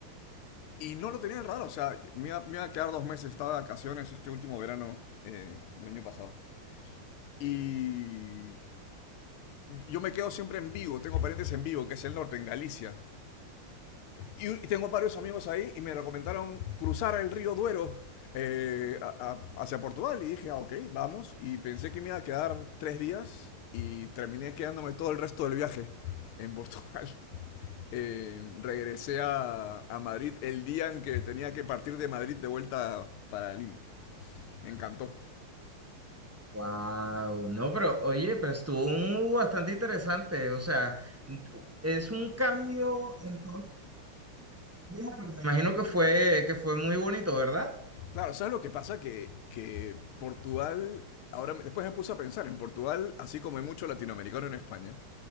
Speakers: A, on the left (about 80°); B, on the right (about 20°).
A: y no lo tenía en el radar. O sea, me iba, me iba a quedar dos meses, estaba de vacaciones este último verano eh, del año pasado. Y yo me quedo siempre en Vigo, tengo parientes en Vigo, que es el norte, en Galicia. Y, y tengo varios amigos ahí y me recomendaron cruzar el río Duero eh, a- a- hacia Portugal. Y dije, ah, ok, vamos. Y pensé que me iba a quedar tres días y terminé quedándome todo el resto del viaje en Portugal. <laughs> Eh, regresé a, a Madrid el día en que tenía que partir de Madrid de vuelta para Lima. Me encantó.
B: Wow, no, pero oye, pero estuvo un- bastante interesante. O sea, n- es un cambio, en- me imagino que fue, que fue muy bonito, ¿verdad?
A: Claro, ¿sabes lo que pasa? Que, que Portugal, ahora me- después me puse a pensar, en Portugal, así como hay mucho latinoamericano en España,